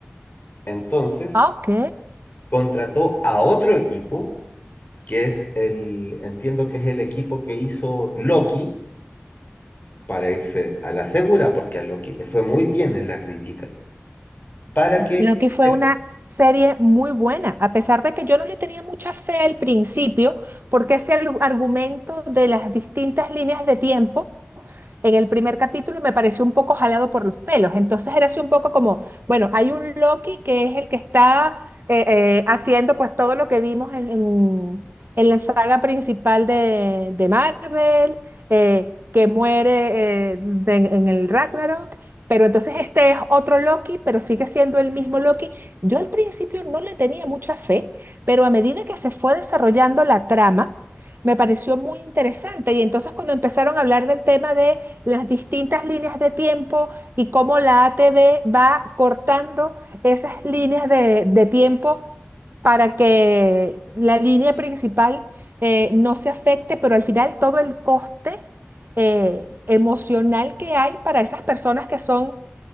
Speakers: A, on the left (about 50°); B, on the right (about 55°).
A: Entonces,
B: Ok.
A: contrató a otro equipo, que es el, entiendo que es el equipo que hizo Loki para irse a la segura, porque a Loki le fue muy bien en la crítica, para
B: Sí.
A: que...
B: Creo fue
A: eh,
B: una serie muy buena, a pesar de que yo no le tenía mucha fe al principio, porque ese al- argumento de las distintas líneas de tiempo en el primer capítulo me pareció un poco jalado por los pelos. Entonces era así un poco como, bueno, hay un Loki que es el que está eh, eh, haciendo pues todo lo que vimos en, en- en la saga principal de, de Marvel, eh, que muere eh, de- en el Ragnarok. Pero entonces este es otro Loki, pero sigue siendo el mismo Loki. Yo al principio no le tenía mucha fe, pero a medida que se fue desarrollando la trama, me pareció muy interesante. Y entonces cuando empezaron a hablar del tema de las distintas líneas de tiempo y cómo la ATV va cortando esas líneas de, de tiempo para que la línea principal eh, no se afecte, pero al final todo el coste eh, emocional que hay para esas personas que son